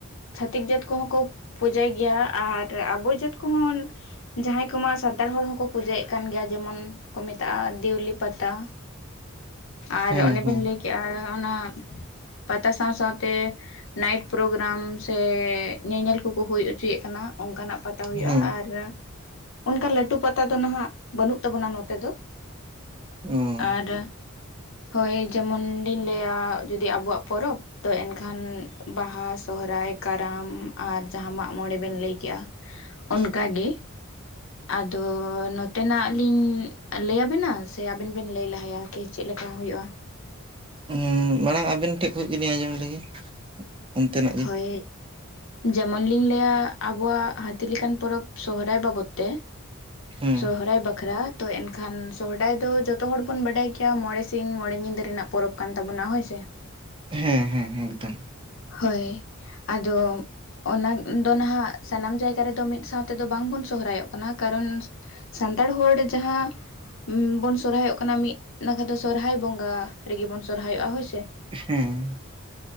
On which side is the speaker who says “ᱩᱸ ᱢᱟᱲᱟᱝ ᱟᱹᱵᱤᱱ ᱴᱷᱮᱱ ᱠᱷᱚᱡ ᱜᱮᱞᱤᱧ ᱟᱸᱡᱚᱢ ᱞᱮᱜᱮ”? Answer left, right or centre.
Right